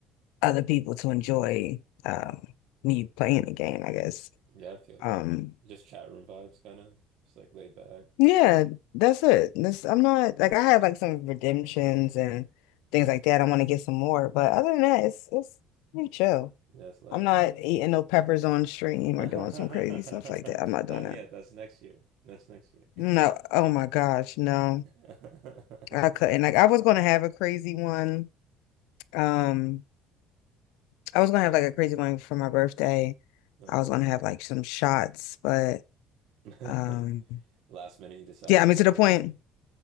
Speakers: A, on the left; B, on the right.
A: other people to enjoy um me playing the game, I guess.
B: Yeah, I feel
A: Um
B: that. Just chat room vibes kind of. Just like laid back.
A: Yeah, that's it. This, I'm not like I had like some redemptions and things like that. I want to get some more, but other than that, it's it's pretty chill.
B: Yeah, it's light.
A: I'm not
B: Uh,
A: eating no peppers on stream
B: <laughs> Not
A: or doing some crazy stuff like that. I'm not doing that.
B: yet. That's next year. That's next year.
A: No, oh my gosh, no.
B: <laughs>
A: I couldn't. Like I was gonna have a crazy one. Um, I was gonna have like a crazy one for my birthday.
B: Okay.
A: I was gonna have like some shots, but
B: <laughs>
A: um
B: Last minute, you decided
A: yeah, I mean
B: it wasn't
A: to the point.
B: worth it.